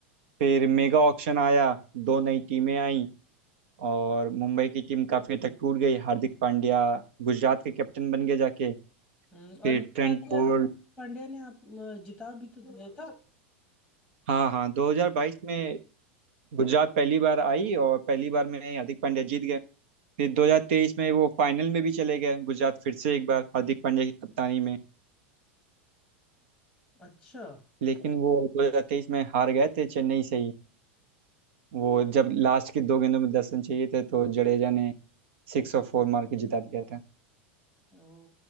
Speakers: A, on the right (about 70°); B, in the centre.
A: फिर मेगा ऑक्शन आया दो नई टीमें आईं और मुंबई की टीम काफी हद तक टूट गई हार्दिक पांड्या गुजरात के कैप्टन बन गए जाके
B: हम्म, और
A: फिर
B: मेरे
A: ट्रेंट
B: ख्याल से
A: बोल्ट
B: हार्दिक पांड्या ने आप अ, जिता भी तो दिया था
A: हाँ हाँ 2022 में गुजरात पहली बार आई और पहली बार में ही हार्दिक पांड्या जीत गए फिर 2023 में वो फाइनल में भी चले गए गुजरात फिर से एक बार हार्दिक पांड्या की कप्तानी में
B: अच्छा
A: लेकिन वो 2023 में हार गए थे चेन्नई से ही वो जब लास्ट के दो गेंदों में दस रन चाहिए थे तो जडेजा ने सिक्स और फोर मार के जिता दिया था
B: ओ